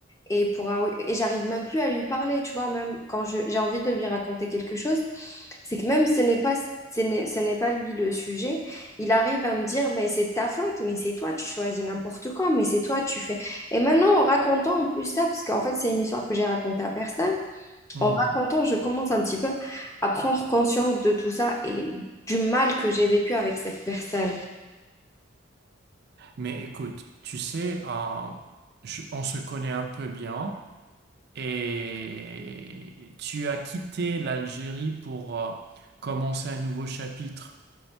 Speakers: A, on the left; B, on the right.
A: Et, pour, un- et j'arrive même plus à lui parler, tu vois, même quand je- j'ai envie de lui raconter quelque chose, c'est que même ce n'est pas, ce n'est, ce n'est pas lui le sujet, il arrive à me dire, mais c'est ta faute, mais c'est toi, tu choisis n'importe quoi, mais c'est toi, tu fais. Et maintenant, en racontant en plus ça, parce qu'en fait, c'est une histoire que j'ai racontée à personne,
B: Hmm.
A: en racontant, je commence un petit peu à prendre conscience de tout ça et du mal que j'ai vécu avec cette personne.
B: Mais écoute, tu sais, euh, je- on se connaît un peu bien et tu as quitté l'Algérie pour euh, commencer un nouveau chapitre